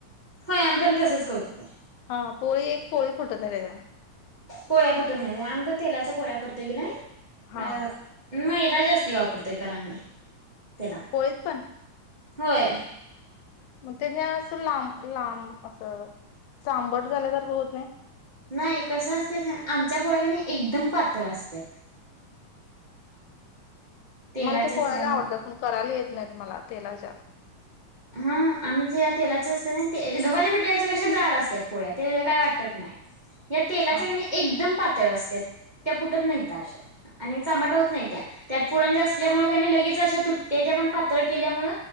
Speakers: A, on the right; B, on the left.
A: होय आम्ही पण तसच करतोय.
B: हा पोळी एक पोळी फुटून नाही त्याच्यान.
A: पोळ्या पुटत नाही आम्ही पण तेलाच्या पोळ्या करतोय की, नाही
B: हा
A: मैदा जास्त. की वापरतोय करा आम्ही. त्याला
B: पोळीत पण.
A: होय.
B: म त्यांनी आस लांब लांब. असं चांबट झाल्यासारखं. होत नाही.
A: नाही कसं असत आमच्या पोळ्या कने एकदम पातळ असत्यात. तेलाचे
B: मला ते पोळ्या
A: असल्यामुळे
B: आवडतात पण करायला येत नाहीत मला तेलाच्या
A: हा आमच्या तेलाचे असते ना ते घव्हाच्या्या पिटचे कसे जाड असतात पोळ्या ते काय वाटत नाही या तेलाच्या
B: हा
A: ग एकदम प त्या फुटत नाहीत आणि चांबट होत नाही त्या त्यात पुरंजा असल्यामुळे लगेच अशा तुटते पण पातळ केल्यामुळे